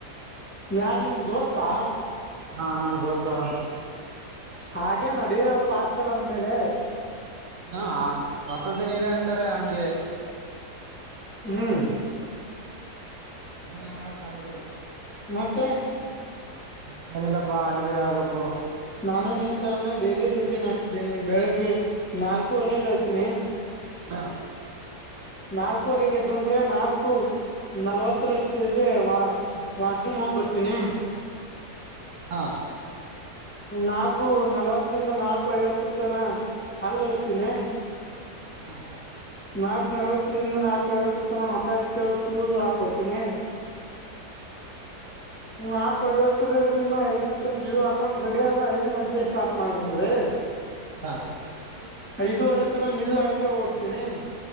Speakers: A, on the left; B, on the right.
A: ಯಾರ್ ನಿಮ್ ದೋಸ್ತಾ?
B: ಹಾ <unintelligible> ದೋಸ್ತಾ ಅವ್ನು.
A: ಹಾಗೆ ನಡೆಯೋ ಪ ಹಾಸ್ಟೆಲ್ ಅಂದ ಮೇಲೆ
B: ಹಾ ಹೊಸದಿನ ಇದೆ ಅಂದರೆ ಹಂಗೆ.
A: ಹ್ಮ
B: ಏನ್ ಮಾಡಕ್ ಆಗೋದಿಲ್ಲ.
A: ಮತ್ತೆ?
B: <unintelligible> ನೀವೇ ಹೇಳ್ಬೇಕು?
A: ನಾನು ನಿನ್ ತರಾನೇ ಡೈಲಿ ರುಟೀನ್ ಹಾಕಿದ್ದೇನೆ. ಬೆಳಿಗ್ಗೆ ನಾಲ್ಕೂವರೆಗೆ ಏಳ್ತೀನಿ.
B: ಹಾ
A: ನಾಲ್ಕೂವರೆಗೆ ಎದ್ ಅಂದ್ರೆ ನಾಲ್ಕು ನಲ್ವತ್ತ ರಷ್ಟಿಗೆ ವಾ ವಾಶ್ರೂಮ್ ಹೋಗ್ಬರ್ತೀನಿ.
B: ಹಾ
A: ನಾಲ್ಕು ನಲ್ವತ್ತರಿಂದ ನಾಲ್ಕು ಐವತ್ತರ ತನ ಹಲ್ಲೋಸ್ತೀನಿ.
B: ಹಾ
A: ನಾಲ್ಕು ನವತ್ತರಿಂದ ನಾಲ್ಕು ಐವತ್ರು ತನ ಮಕಾ ತೋಳ್ದು ಶೂ ಹಾಕೋ ತಿನಿ. ನಾಕ್ <unintelligible> ಐದ್ <unintelligible> ಶೂ ಹಾಕೊಂಡ್ ರೆಡಿ ಆದ ಐದ್ ಗಂಟೆ ಸ್ಟಾರ್ಟ ಮಾಡ್ದನ್ ರೀ.
B: <unintelligible>
A: ಐದೂವರೆ ತನ ನಿಲ್ಲಾರದೆ ಓಡ್ತೇನಿ.